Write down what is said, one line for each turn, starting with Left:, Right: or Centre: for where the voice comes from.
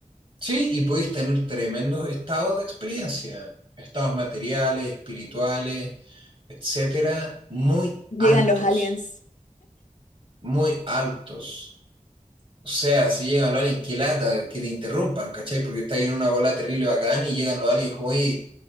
Right: Sí, y podéis tener tremendos estados de experiencia, estados materiales, espirituales, etcétera, muy
Left: Llegan
Right: altos,
Left: los aliens,
Right: muy altos. O sea, si llegan los aliens, qué lata que te interrumpan, ¿cachai? Porque está ahí en una bola terrible bacán y llegan los aliens y como, oye,